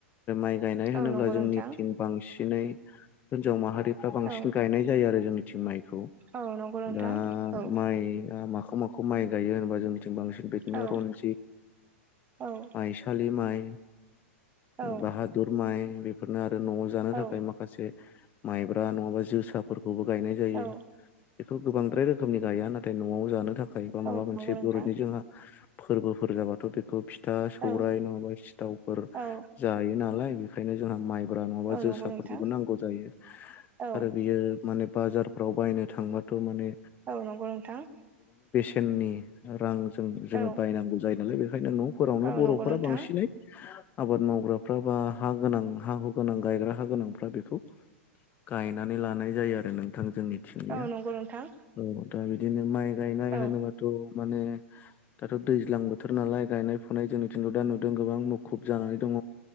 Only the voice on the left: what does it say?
माय गायनाय होनोब्ला
जोंनिथिं
बांसिनै हिनजाव माहारिफ्रा बांसिनै
गायनाय जायो आरो जोंनि खौ
दा
माइ आ माखौ मा खौ माइ गायो होनबा जोंनिथिं बांसिन बिदिनो
रनजित,
माइसालि माइ
बाहादुर माइ बेफोरनो आरो न'आव जानो
थाखाय माखासे माइब्रा नङाबा जोसाफोरखौबो गायनाय जायो।
बेखौ गोबांद्राय रोखोमनि गाया नाथाय न'आव जानो थाखाय बा
माबा मोनसे
बर'नि जोंहा फोरबोफोर जाबाथ' बेखौ फिथा सौराइ
नङाबा सिथावफोर
जायो नालाय बेखायनो जोंहा माइ ब्रा नङाबा
जोसाफोरखौबो
नांगौ जायो
आरो बियो माने बाजारफ्राव बायनो थांबाथ' माने
सेननि रांजों
जोङो बायनांगौ जायो नालाय बेखायनो न' फोरावनो
बर'फोरा
बांसिनै आबाद माव ग्राफ्रा बा हा गोनां हा-हु गोनां गायग्रा हा गोनांफ्रा बेखौ गायनानै लानाय जायो आरो नोंथां जोंनिथिंनिया
औ दा बिदिनो माइ गायनाय
होनोबाथ' माने दाथ' दैज्लां बोथोर नालाय गायनाय फुनाय जोंनिथिंथ' दा नुदों गोबां मुखुब जानानै दङ।